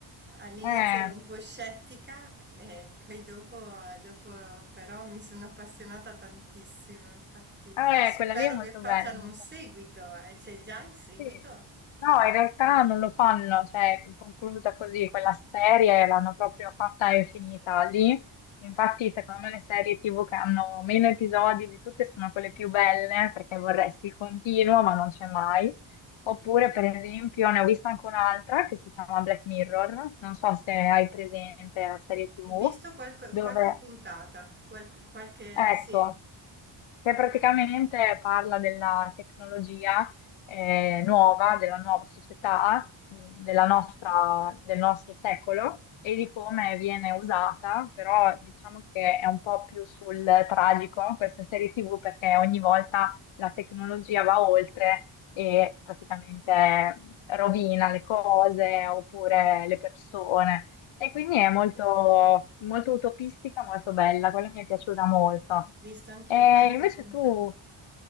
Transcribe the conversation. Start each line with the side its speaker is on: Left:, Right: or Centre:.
Right: All'inizio
Left: eh,
Right: ero un po' scettica e poi dopo, dopo però mi sono appassionata tantissimo. Infatti,
Left: eh,
Right: spero
Left: quella lì è molto
Right: che facciano
Left: bella. molto-
Right: un seguito. eh, C'è già il seguito?
Left: Sì. No, in realtà non lo fanno, cioè è conclusa così, quella serie l'hanno proprio fatta e finita lì. Infatti, secondo me le serie TV che hanno meno episodi di tutte sono quelle più belle, perché vorresti il continuo, ma non c'è mai. Oppure, per esempio, ne ho vista anche un'altra che si chiama Black Mirror, non so se hai presente la serie TV
Right: Ho visto qualche,
Left: dove
Right: qualche puntata, qual- qualche,
Left: Ecco,
Right: sì, ho
Left: che praticamente parla della tecnologia eh, nuova, della nuova società, mh, della nostra- del nostro secolo e di come viene usata, però diciamo che è un po' più sul tragico questa serie TV perché ogni volta la tecnologia va oltre e praticamente rovina le cose oppure le persone. E quindi è molto, molto utopistica, molto bella, quella mi è piaciuta molto.
Right: visto anch'io
Left: E
Right: qualche
Left: invece
Right: puntata.
Left: tu,